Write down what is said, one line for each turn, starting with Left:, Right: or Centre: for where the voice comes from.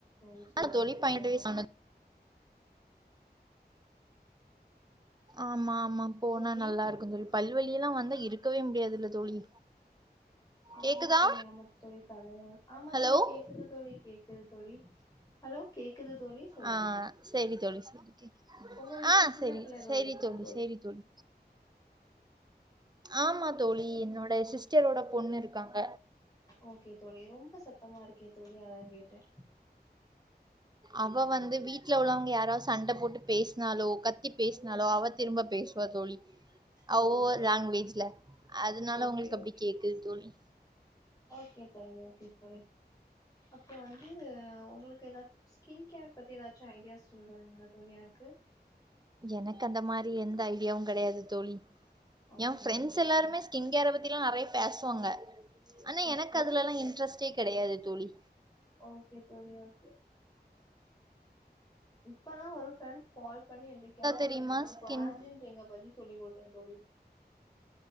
Left: ஊசி
Right: ஆ
Left: எதாவ்து
Right: தோழி
Left: போடுவாங்க
Right: பதினெட்டு வயசு ஆனது ஆமா ஆமா போனா
Left: தோழி
Right: நல்லாருக்கு தோழி பல்வலி எல்லா வந்தா இருக்கவே முடியாதுல்ல தோழி
Left: ஆமா
Right: கேக்குதா
Left: தோழி ஆமா தோழி தல ஆமா
Right: ஹலோ
Left: தோழி கேக்குது தோழி கேக் குது தோழி ஹலோ கேக்குது தோழி சொல்லுங்க
Right: அ செரி தோழி செரி <inaudible>
Left: உங்க வீட்ல
Right: அ
Left: சின்ன
Right: செரி
Left: பிள்ள ஏதோ
Right: செரி
Left: இருக்குதோ
Right: தோழி செரி தோழி ஆமா தோழி என்னோட சிஸ் டரோட பொண்ணு இருக்காங்க
Left: ஓகே தோழி ரொம்ப சத்தமா இருக்கே தோழி அதா கேட்ட
Right: அவ வந்து வீட்ல உள்ளவங்க யா ராவ்த் சண்ட போட்டு பேஸ்னாலோ கத்தி பேஸ் னாலோ அவ திரும்ப பேஸ்வா தோழி
Left: ஓ
Right: அவ
Left: ஓகோ
Right: லாங்குவேஜ்ல அதனால
Left: ஓகே
Right: உங்களுக்கு அப்டி
Left: ஓகே
Right: கேக்குது தோழி
Left: ஓகே தோழி ஓகே தோழி அப்போ வந்து உங்களுக்கு ஏதாச்சு ஸ்கின் கேர் பத்தி ஏதாச்சு ஐடியாஸ் சொல்றிங்களா தோழி எனக்கு
Right: எனக்கு அந்த மாரி எந்த ஜ டியா கிடையாது தோழி
Left: ஓகே
Right: என் ப்ரெண்ட்ஸ்
Left: ஓகே
Right: எல்லாருமே
Left: தோழி
Right: ஸ்கின் கேர பத்தி எல்லா நறைய பேசுவாங்க ஆனா
Left: ஓகே
Right: எனக்கு அதுல எல்லாம் இன்ட்ரெஸ்ட்டே கிடையாது தோழி
Left: ஓகே தோழி ஓகே இப்பதா ஒரு ஃப்ரெண்ட் கால் பணி என்ட கேட்டா
Right: தெரியுமா
Left: தோழி
Right: ஸ்கின்
Left: கொலாஜ்யின்றீங்க பதில் சொல்லி கொடுக்குறதோழி